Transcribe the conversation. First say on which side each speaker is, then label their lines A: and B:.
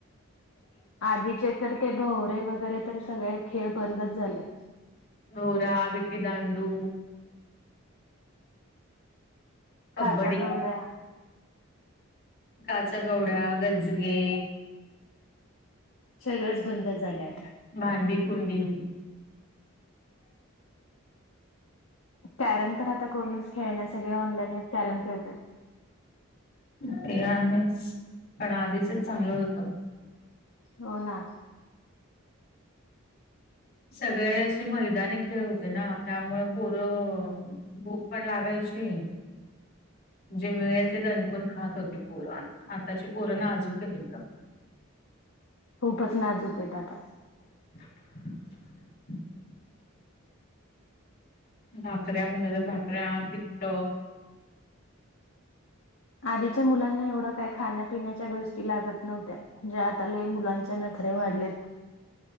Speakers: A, on the left; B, on the left.
A: आधीचे तर ते भवरे वगैरे तर सगळे खेळ बंदच झाले.
B: होोरा वि्टी दांडू. कबड्डी
A: काचा कवड्या
B: काचाकवड्या गजगे.
A: सगळंच बंद झालंत.
B: भांडी कुंडी.
A: कॅरम तर आता कोणच खेळण्या सगळे ऑनलाईनच कॅरम खेळत.
B: ते आहेच पण आधीचच चांगलं होतो.
A: हो ना
B: सगळे असे मैदानी खेळ होते ना त्यामुळे पोरं- भूक पण लागायचे. जे मिळेल ते दणकून खात होते पोर आताची पोरं नाजूक आहेत त एक-
A: खूपच नाजुक आहेत आता.
B: मम भाकऱ्या म्हणलं तर भाकऱ्या तिट्ट
A: आधीच्या मुलांना एवढ्या काही खाण्यापिण्याच्या गोष्टी लागत नव्हत्या म्हणजे आता ल मुलांच्या नखरे वाढलेत